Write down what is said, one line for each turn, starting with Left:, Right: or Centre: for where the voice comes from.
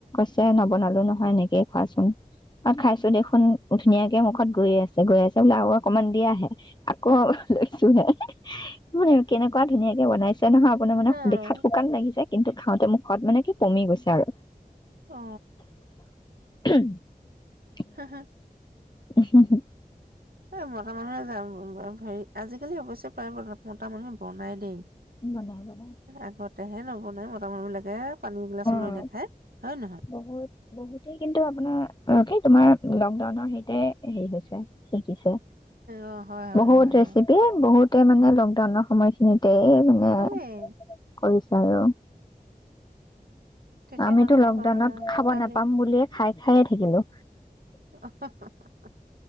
Left: ছে নবনালো নহয় এনেকেয়ে খোৱাচোন আৰু খাইছোঁ দেখোন ধুনীয়াকে মুখত গৈ আছে গৈ আছে বোলে আৰু অকনমান দিয়াহে আকৌ লৈছোঁহে। মানে কেনেকুৱা ধুনীয়াকে বনাইছে নহয় আপোনাৰ মানে
Right: উম
Left: দেখাত শুকান লাগিছে কিন্তু খাওঁতে মুখত মানে কি পমি গৈছে আৰু।
Right: অ
Left: <inaudible>
Right: হ হা
Left: উ হু হু
Right: এই মতা মানুহে মম হেৰি আজিকালি অৱশ্যে প্ৰায় মতা মানুহে বনাই দেই।
Left: বনাই বনাই
Right: আগতেহে নবনাই মতা মানুহ বিলাকে, পানী এগিলাচো লৈ
Left: অ
Right: নাখায় হয়ে ন
Left: বহুত বহুতেই কিন্তু আপোনাৰ সেই তোমাৰ লকডাউনৰ সেইতে হেৰি হৈছে শিকিছে
Right: অ হয় হয়
Left: বহুত
Right: হয় হয়
Left: ৰেচিপি বহুত তে মানে লকডাউনৰ সময়খিনিত তে মানে
Right: চবেই
Left: কৰিছ আৰু
Right: তেতিয়া
Left: আমিতো
Right: মানুহে
Left: লকডাউনত
Right: বা
Left: খাব
Right: খালি
Left: নাপাম বুলিয়ে খাই খায়েই থাকিলোঁ।
Right: <inaudible>